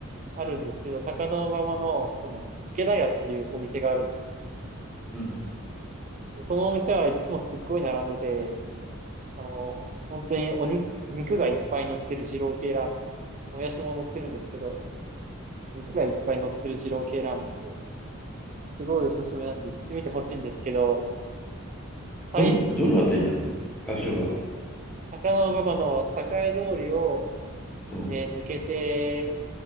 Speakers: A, on the right; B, in the centre.
A: あるんですけど、高田馬場の、その、池田屋っていうお店があるんですよね。
B: うん。
A: でこのお店はいつもすっごい並んでて、あの、本当にお肉、肉がいっぱい乗ってる二郎系ラーメン。もやしも乗ってるんですけど、肉がいっぱい乗ってる二郎系ラーメンで、すごいおすすめなんで行ってみてほしいんですけど、最、
B: どの、どのあたりなの場所は。
A: 高、高野馬場の栄通りを
B: うん。
A: えー抜けて、